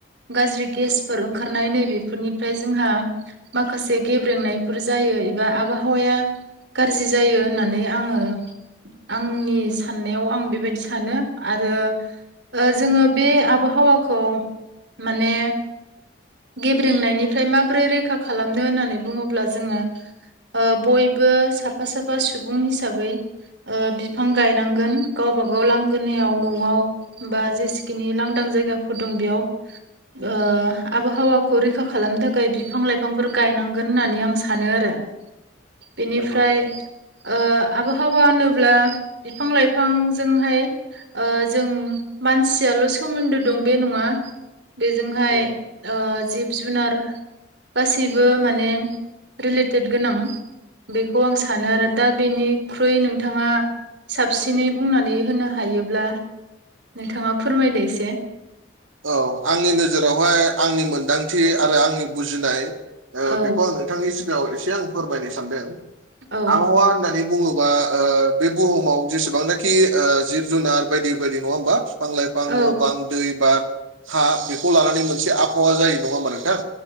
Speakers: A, on the right; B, on the right.
A: गाज्रि गेसफोर ओंखारनाय नै बेफोरनिफ्राय जोंहा माखासे गेब्रेंनायफोर जायो एबा आबहावाया गाज्रि जायो होननानै आङो आंनि साननायाव आं बेबायदि सानो आरो ओ जोङो बे आबहावाखौ माने गेब्रेंनायनिफ्राय माबोरै रैखा खालामनो होननानै बुङोब्ला जोङो बयबो साफा साफा सुबुं हिसाबै ओ बिफां गायनांगोन गावबा गाव लांगोनायाव न'वाव बा जेसेखिनि लांदां जायगाफोर दं बेयाव ओ आबहावाखौ रैखा खालामनो थाखाय बिफां लाइफांफोर गायनांगोन होननानै आं सानो आरो बेनिफ्राय
B: नंगौ
A: ओ आबहावा होनोब्ला बिफां लाइफांजोंहाय ओ जों मानसियाल' सोमोन्दो दं बे नङा बेजोंहाय
B: नंगौ
A: ओ जिब जुनार गासैबो माने रिलेटेद गोनां बेखौ आं सा नो
B: नंगौ
A: आरो दा बेनिख्रुइ नोंथाङा साबसिनै बुंनानै होनो हायोब्ला नोंथाङा फोरमायदो एसे।
B: औ आंनि नोजोरावहाय आंनि मोनदांथि आरो आंनि बुजिनाय
A: औ
B: बेखौ आङो नोंथांनि सिगाङाव एसे आं फोरमायनो सानदों
A: औ
B: आबहावा होननानै बुङो बा ओ बे बुहुमाव जेसेबांनाखि ओ जिब जुनार बायदि बायदि नङा ओमबा? बिफां लाइफां न'-
A: औ
B: बां, दै, बार, हा बेखौ लानानै मोनसे आबहावा जायो नङा ओमबा नोंथां?